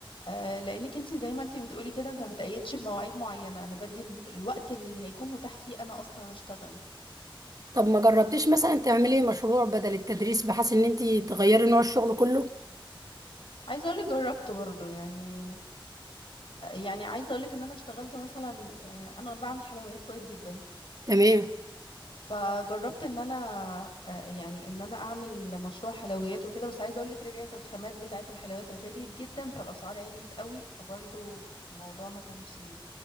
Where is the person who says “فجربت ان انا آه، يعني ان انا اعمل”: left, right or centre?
Left